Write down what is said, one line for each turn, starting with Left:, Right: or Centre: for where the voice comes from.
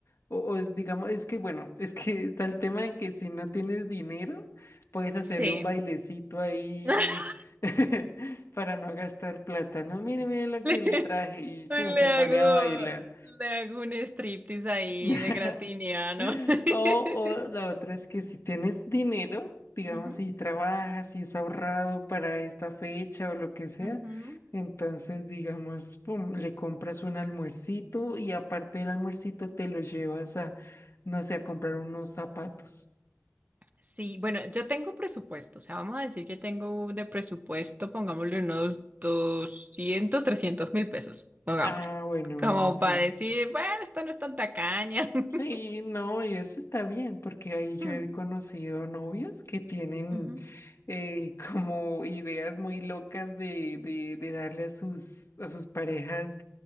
Left: o, o digamos, es que bueno, <laughs> es que está el tema de que si no tienes dinero, puedes hacerle
Right: Sí.
Left: un bailecito ahí
Right: <laughs>
Left: <laughs> para no gastar plata, ¿no? Mire, mire lo
Right: Le,
Left: que le traje y pum,
Right: le
Left: se
Right: hago,
Left: pone a bailar.
Right: le hago un striptease ahí
Left: <laughs>
Right: de gratiniano. <laughs>
Left: O, o la otra es que si tienes dinero, digamos,
Right: Ujú,
Left: si trabajas, si es ahorrado para esta fecha o lo que sea,
Right: ujú.
Left: entonces, digamos, pum, le compras un almuercito y aparte del almuercito te lo llevas a, no sé, a comprar unos zapatos.
Right: Sí, bueno, yo tengo presupuesto, o sea, vamos a decir que tengo de presupuesto, pongámosle unos doscientos, trescientos mil pesos, pongámosle,
Left: Ah, bueno,
Right: como
Left: bueno, sí.
Right: para decir, bueno, esta no es tan tacaña. <laughs>
Left: Sí, no, y eso está bien, porque ahí yo
Right: Mm,
Left: he conocido novios que tienen
Right: ujú,
Left: eh, <laughs> como ideas muy locas de, de, de darle a sus, a sus parejas